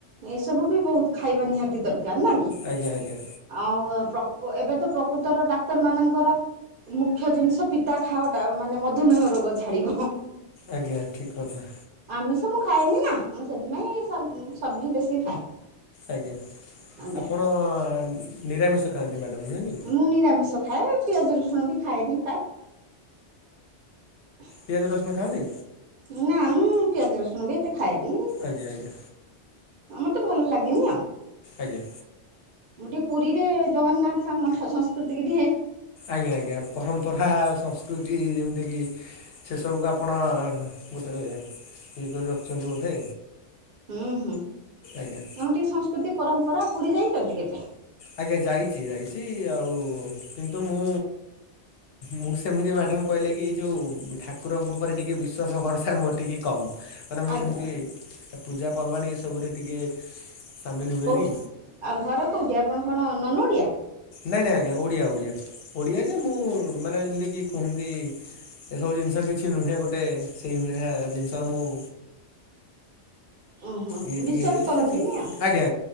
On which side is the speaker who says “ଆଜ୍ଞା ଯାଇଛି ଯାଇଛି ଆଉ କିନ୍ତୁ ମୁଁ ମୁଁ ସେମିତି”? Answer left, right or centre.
Left